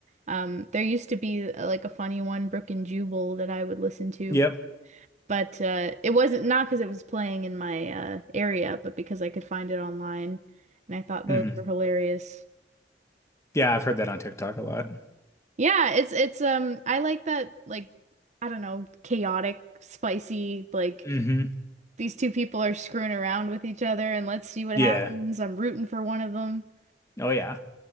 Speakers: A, on the right; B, on the left.
A: Um, there used to be uh, like a funny one, Brook and Jubal, that I would listen to,
B: Yep.
A: but uh, it wasn't not because it was playing in my uh, area, but because I could find it online, and I thought those
B: hmm
A: were hilarious.
B: Yeah, I've heard that on TikTok a lot.
A: Yeah, it's it's um I like that like I don't know chaotic, spicy like
B: hmm
A: these two people are screwing around with each other, and let's see what
B: Yeah.
A: happens. I'm rooting for one of them.
B: Oh yeah.